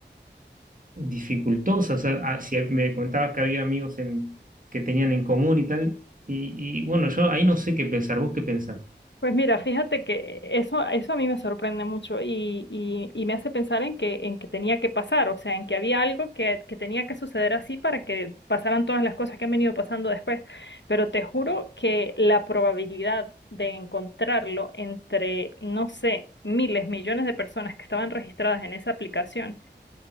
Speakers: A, on the right (about 50°); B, on the left (about 80°).
A: dificultosa. O sea, ah, si me contabas que había amigos en, que tenían en común y tal, y, y bueno, yo ahí no sé qué pensar, ¿vos qué pensás?
B: Pues mira, fíjate que eso, eso a mí me sorprende mucho y, y- y me hace pensar en que, en que tenía que pasar, o sea, en que había algo que, que tenía que suceder así para que pasaran todas las cosas que han venido pasando después. Pero te juro que la probabilidad de encontrarlo entre, no sé, miles, millones de personas que estaban registradas en esa aplicación